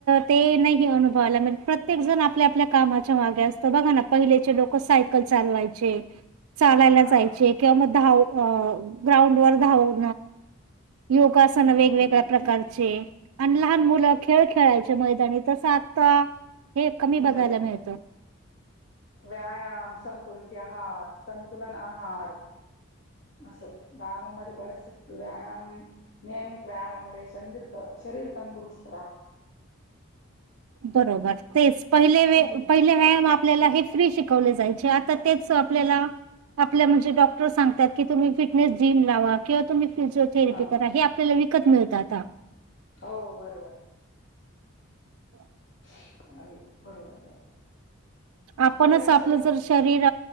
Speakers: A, on the right; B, on the left.
A: ते नाही अनुभवायला मिळत. प्रत्येक जण आपल्या आपल्या कामाच्या मागे असतं. बघा ना. पहिलेचे लोक सायकल चालवायचे. चालायला
B: हा.
A: जायचे. किंवा म धाव ग्राउंड वर धाव योगासन
B: हम्म हम्म
A: वेगवेगळ्या
B: हम्म
A: प्रकारचे. आणि लहान मुलं खेळ खेळायचे मैदानी. तसं आत्ता हे कमी बघायला
B: नाही
A: मिळतं.
B: व्यायाम, संतुलित आहार, संतुलन आहार. असं. गावामध्ये बरस व्यायाम नियमित व्यायाम मुळे तंदुरुस्त शरीर तंदुस्त
A: बरोबर तेच. पहिले वे
B: हम्म
A: पाहीले कायम आपल्याला हे फ्री शिकवले जायचे. आता तेच आपल्याला आपल्या म्हणजे डॉक्टर सांगतात की, तुम्ही फिटनेस जिम लावा. किंवा तुम्ही फिजिओथेरपी
B: हा
A: करा. हे आपल्याला विकत मिळतात आता.
B: हो बरोबरे.
A: <inaudible>
B: अ बरोबर बरोबर.
A: आपणच
B: बऱ्याचशा
A: आपलं जर शरीर